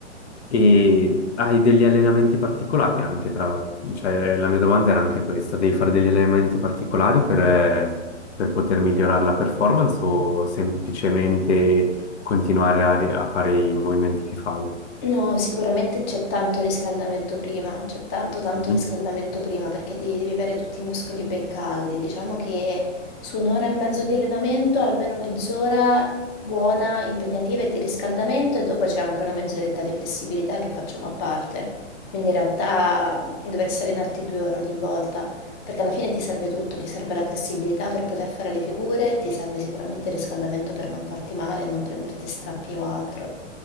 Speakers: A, on the left; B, on the left.
A: e hai degli allenamenti particolari anche tra... Cioè, la mia domanda era anche questa, devi fare degli allenamenti particolari per, per poter migliorare la performance o semplicemente continuare a, ri- a fare i movimenti che fai?
B: No, sicuramente c'è tanto riscaldamento prima, c'è tanto tanto
A: Mhm.
B: riscaldamento prima perché devi, devi avere tutti i muscoli ben caldi. Diciamo che su un'ora e mezzo di allenamento, almeno mezz'ora buona, impegnativa e di riscaldamento e dopo c'è anche una mezz'oretta di flessibilità che facciamo a parte. Quindi in realtà mh, dovresti allenarti due ore ogni volta perché alla fine ti serve tutto, ti serve la flessibilità per poter fare le figure, ti serve sicuramente il riscaldamento per non farti male e non prenderti strappi o altro.